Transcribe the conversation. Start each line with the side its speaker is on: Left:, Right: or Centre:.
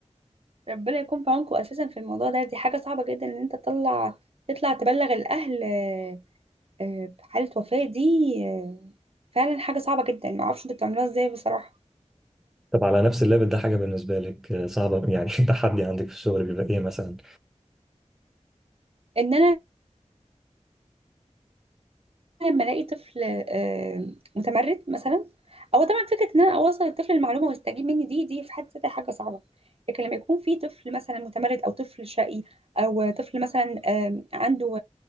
Right: ربنا يكون في عونكم اساسا في الموضوع ده دي حاجه صعبه جدا ان انت تطلع تطلع تبلغ الاهل آه، آه، بحاله وفاه دي آه، فعلا حاجه صعبه جدا ما اعرفش انتوا بتعملوها ازاي بصراحه
Centre: طب على نفس الليفل ده حاجه بالنسبه لك آه، صعبه يعني <laughs> تحدي عندك في الشغل بيبقى ايه مثلا
Right: ان انا لما الاقي طفل آه، متمرد مثلا او طبعا فكره ان انا اوصل الطفل المعلومه ويستجيب مني دي دي في حد ذاتها حاجه صعبه لكن لما يكون في طفل مثلا متمرد او طفل شقي او طفل مثلا آه، عنده